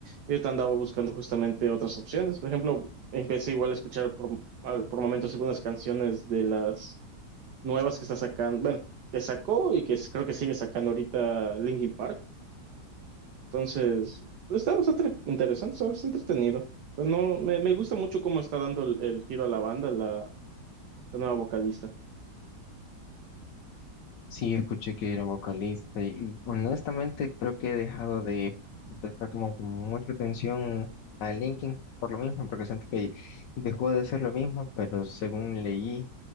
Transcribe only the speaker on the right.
Y ahorita andaba buscando justamente otras opciones. Por ejemplo, empecé igual a escuchar por, al- por momentos algunas canciones de las nuevas que está sacando, bueno, que sacó y que es- creo que sigue sacando ahorita Linkin Park. Entonces, pues, está bastante interesante, está bastante entretenido. Pues No, me, me gusta mucho cómo está dando el, el giro a la banda la, la nueva vocalista.